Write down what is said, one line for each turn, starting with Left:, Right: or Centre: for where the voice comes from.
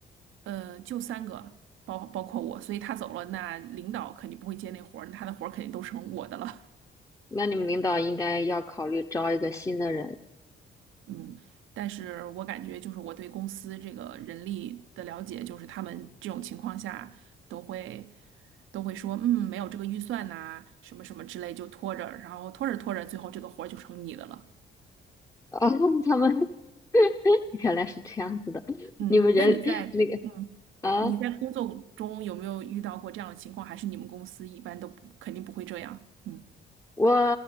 Right: 呃，就三个，包包括我，所以他走了，那领导肯定不会接那活儿，那他的活儿肯定都成我的了。
Left: 那你们领导应该要考虑招一个新的人。
Right: 嗯，但是我感觉就是我对公司这个人力的了解，就是他们这种情况下都会都会说，嗯，没有这个预算呐、什么什么之类，就拖着，然后拖着拖着，最后这个活儿就成你的了。
Left: 哦，<laughs> 他们 <laughs> 原来是这样子的，<laughs>
Right: 嗯，
Left: 你们人
Right: 那你在嗯你在工作中有没有遇到过这样的情况？
Left: <laughs> 那个啊。
Right: 还是你们公司一般都不肯定不会这样？嗯
Left: 我